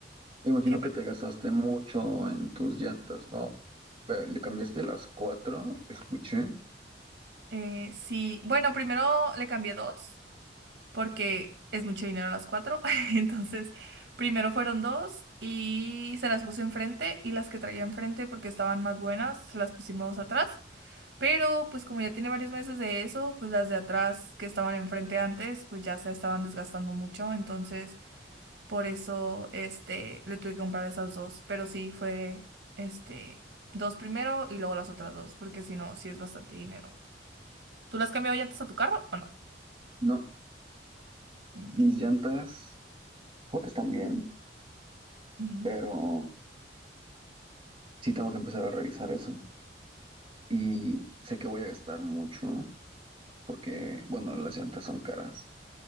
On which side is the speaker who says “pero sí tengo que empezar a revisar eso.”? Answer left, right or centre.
Right